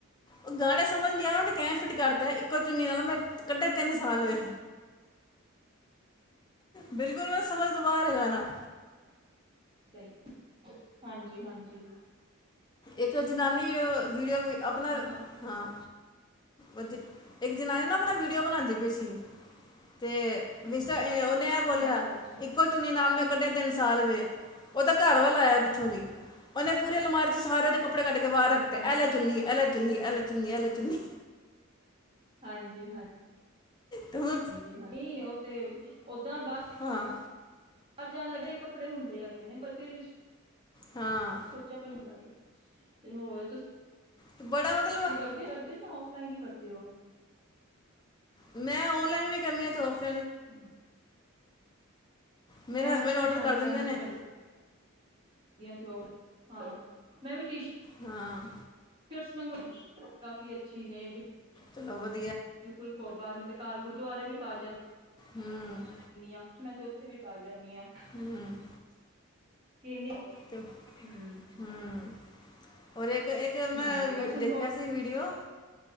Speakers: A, on the left; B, on the right.
A: ਓ ਗਾਣੇ ਸਮਝਗੇਆਂ ਓ ਨੇ ਕੈਂ ਫਿਟ ਕਰਤੈ ਇੱਕੋ ਚੁੰਨੀ ਨਾਲ ਮੈਂ ਕੱਡੇ ਤੇਂਨ ਸਾਲ ਵੇ ਬਿਲਕੁਲ ਸਮਝ ਤੋਂ ਬਾਰ ਐ ਗਾਣਾ।
B: <unintelligible> ਹਾਂਜੀ ਹਾਂਜੀ
A: ਏਕ ਜਨਾਨੀ <unintelligible> ਵੀਡੀਓ ਵੀ ਆਪਣਾ
B: ਹਾਂ-ਹਾਂ
A: ਹਾਂ। ਅੱਜ ਇੱਕ ਜਨਾਨੀ ਨਾ ਆਪਣਾ ਵੀਡੀਓ ਬਣਾਂਦੀ ਪਈ ਸੀ ਤੇ ਵਿੱਚ
B: ਹਮ
A: ਕੇ ਉਹਨੇ ਇਹ ਬੋਲਿਆ
B: ਅੱਛਾ-ਅੱਛਾ
A: ਇੱਕੋ ਚੁੰਨੀ ਨਾਲ ਮੈਂ ਕੱਢੇ ਤਿੰਨ ਸਾਲ ਵੇ, ਉਹਦਾ ਘਰਵਾਲਾ ਆਇਆ! ਪਿਛੋਂ ਦੀ ਉਹਨੇ ਪੂਰੀ ਲਮਾਰੀ ਚ ਸਾਰਿਆਂ ਕੱਪੜੇ ਕੱਢ ਕੇ! ਬਾਹਰ ਰੱਖਦੇ
B: ਹਾਂ-ਹਾਂ
A: ਐਲੈ ਚੁੰਨੀ ਐਲੈ ਚੁੰਨੀ ਐਲੈ ਚੁੰਨੀ ਐਲੈ ਚੁੰਨੀ
B: ਹਾਂਜੀ। ਹਾਂ
A: ਤੂੰ
B: ਹਾਂਜੀ, ਹਾਂ ਨਹੀਂ ਉਹ ਤੇ ਓਦਾਂ ਬਾਹਰ
A: ਹਾਂ
B: ਬਾਹਰ ਜਾਣ ਲੱਗੇ ਈ ਕੱਪੜੇ ਹੁੰਦੇ, ਹੈਗੇ ਨੇ ਪਰ ਫਿਰ ਵੀ। <unintelligible>
A: ਹਾਂ
B: ਭਾਈ ਜਾ ਕੇ, ਤੇ ਹੋਰ <unintelligible>
A: ਤੇ ਬੜਾ ਮਤਲਬ
B: ਤੁਸੀਂ ਕਰਦੇ ਕਰਦੇ ਜਾਂ ਉਫ ਸਲਾਈ ਨਹੀਂ ਕਰਦੇ ਹੋ?
A: ਮੈਂ ਓਨਲਾਈਨ ਵੀ ਕਰਨੀ ਆ ਤੇ ਉਫ
B: ਹਮ
A: ਮੇਰੇ
B: ਮੈਂ
A: ਹਸਬੰਡ
B: ਖੁਦ
A: ਆਰਡਰ
B: ਓਨਲਾਈਨ
A: ਕਰ ਦਿੰਦੇ
B: ਵੀ
A: ਨੇ
B: ਕਰਦੀ ਹਾਂ। ਤੇ ਉਹ ਹਾਂ ਮੈਂ ਵੀ ਟੀ ਸ਼ਰਟ
A: ਹਾਂ
B: ਟੀ ਸ਼ਰਟ ਮੰਗ ਨੇ ਕਾਫੀ ਅੱਛੀ ਨੇ ਬਿਲਕੁਲ
A: ਚਲੋ ਵਦ
B: ਬਿਲਕੁਲ ਘਰ ਬਾਰ ਮੈਂ ਤੇ ਘਰ ਗੁਰਦੁਆਰੇ ਵੀ ਪਾ ਜਾਨ
A: ਹੂੰ
B: ਜਾਨੀ ਆ ਮੈਂ ਤੇ ਉੱਥੇ ਵੀ ਪਾ ਜਾਂਦੀ ਆਂ
A: ਹੂੰ
B: ਕਿੰਨੀ ਕੁ
A: ਤੇ
B: ਹਮ
A: ਹੂੰ ਔਰ ਇੱਕ, ਇੱਕ
B: ਸੁਣਾਓ
A: ਮੈਂ
B: ਬਸ ਹੁਣ
A: ਦੇਖਿਆ ਸੀ। ਵੀਡੀਓ